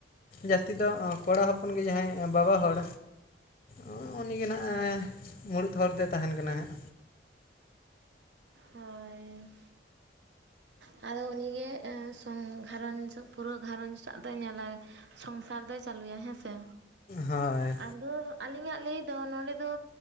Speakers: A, on the left; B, on the right.
A: ᱡᱟᱹᱥᱛᱤ ᱫᱚ ᱚ ᱠᱚᱲᱟ ᱦᱚᱯᱚᱱ ᱜᱮ ᱡᱟᱦᱟᱸᱭ ᱵᱟᱵᱟ ᱦᱚᱲ ᱩᱸ ᱩᱱᱤ ᱜᱮ ᱱᱟᱦᱟᱜ ᱮᱸᱢᱩᱲᱩᱫ ᱦᱚᱲ ᱫᱚᱭ ᱛᱟᱦᱮᱱ ᱠᱟᱱᱟ ᱦᱟᱸᱜ᱾
B: ᱦᱳᱭ᱾ ᱟᱫᱚ ᱩᱱᱤ ᱜᱮ ᱮᱸ ᱥᱚᱝ ᱜᱷᱟᱨᱚᱸᱡᱽ ᱯᱩᱨᱟᱹ ᱜᱷᱟᱨᱚᱸᱡᱽ ᱴᱟᱜ ᱫᱚᱭ ᱧᱮᱞᱟᱭ᱾ ᱥᱚᱝᱥᱟᱨ ᱫᱚᱭ ᱪᱟᱹᱞᱩᱭᱟ, ᱦᱮᱸ ᱥᱮ?
A: ᱦᱳᱭ᱾
B: ᱟᱫᱚ ᱟᱹᱞᱤᱧᱟᱜ ᱞᱟᱹᱭ ᱫᱚ ᱱᱚᱰᱮ ᱫᱚ